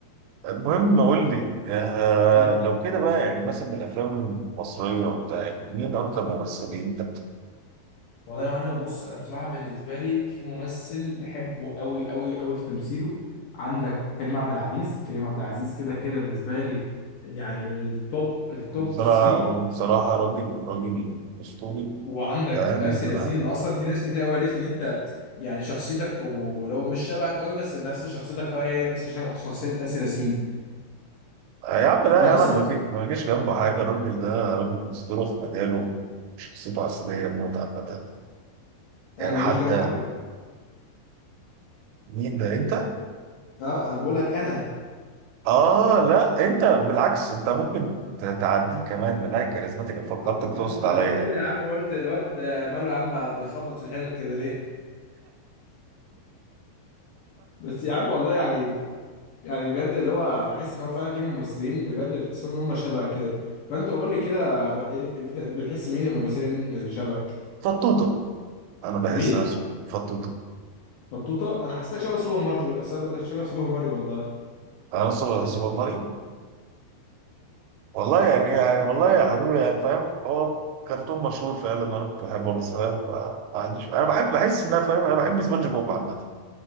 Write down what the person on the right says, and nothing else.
المهم قول لي آه
لو كده بقى يعني مثلا من الافلام المصريه وبتاع يعني مين اكتر ممثلين انت
بتحبهم؟ بصراحه
هو بصراحه راجل راجل اسطوري
فاهم
آه، يا عم لا
يا عم
انا ما بيجي- ما جيش جنبه حاجه الراجل ده راجل اسطوره في مجاله شخصيته عسليه موت عامه
يعني
حد
مين ده انت؟
اه لا انت بالعكس انت ممكن ت- تعديه كمان من هاي كاريزماتيك فكرتك
تقصد
عليا
يعني
فطوطه انا بحس
نفسي فطوطه
انا سوبر سوبر ماريو والله يعني يعني والله يا حبيبي يعني فاهم هو كرتون مشهور فعلا وانا كنت بحبه وانا صغير فما عنديش انا بحب بحس ان انا فاهم انا بحب سبونج بوب عامه